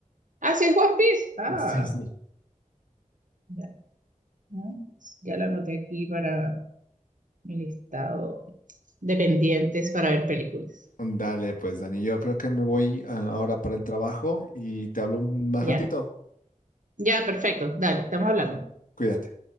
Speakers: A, on the right; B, on the left.
A: Ah, sí, es One Piece. Ah,
B: Sí, sí.
A: ya. ¿no? Ya la anoté aquí para mi listado de pendientes para ver películas.
B: Dale, pues Dani, yo creo que me voy ah, ahora para el trabajo y te hablo un- más
A: Ya,
B: ratito.
A: ya, perfecto. Dale, estamos hablando.
B: Cuídate.